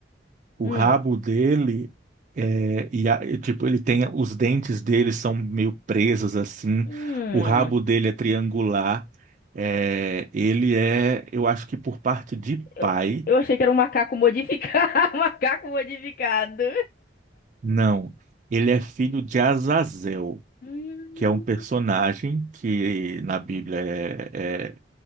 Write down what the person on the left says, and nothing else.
Hum.
Hum.
Eu,
eu achei que era um macaco modificado. <laughs> Macaco modificado.
Hum.